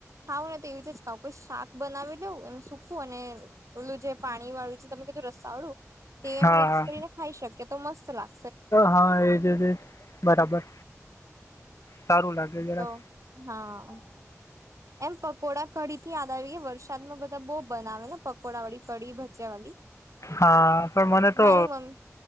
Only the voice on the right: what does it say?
ખાઉં ને તો એવી રીતે જ ખાઉં કોઈ શાક બનાવે. દઉં એમ સુખવું અને ઓલું જે પાણી વાળું છે તમે કીધું રસા વાળું. તે
મિક્સ કરીને ખાઈ શકીએ તો મસ્ત લાગ.
તો હા એમ પકોડા કઢીથી યાદ આવી ગયા વરસાદમાં બધા બહુ બનાવેને પકોડા વાળી કઢી ભજ્યા વાળી.
મારી મમ્મી